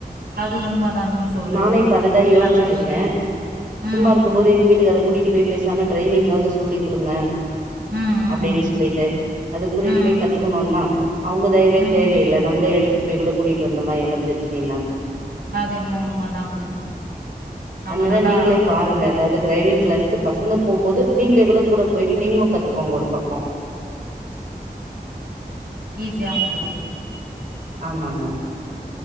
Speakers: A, on the right; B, on the right.
A: அது உண்மதா நீங்க சொல்றது
B: நானும் இப்ப அதுதான் யோசிச்சுட்டு
A: நல்ல விஷயோ
B: இருக்கேன் சும்மா
A: ம்
B: இருக்கும்போது எங்க வீட்டுக்கார கூட்டிட்டு போய்சாம டரைவிங்காவது சொல்லி கொடுங்க
A: ம்
B: அப்படின்னு
A: ம்
B: சொல்லிட்டு அது கூட்டிட்டு
A: ம்
B: போய்
A: ம்
B: கத்துக்கணும்னா அவுங்க தயவே
A: ம்
B: தேவையில்ல நம்மளே எடுத்து <unintelligible> கூட்டிட்டு வந்தோனா எமர்ஜென்சினா
A: அது என்னமோ உண்மதாங்க நம்ம
B: அதனால
A: நல்லா
B: நீங்களே பாருங்க அதாவது டிரைவிங் க்ளாஸ்கு பசங்க போம்போது நீங்களே கூட கூட போயிட்டு நீங்களும் கத்துக்கோங்க ஒரு பக்கோம்
A: ஈசியா முடியும்
B: ஆமாங்க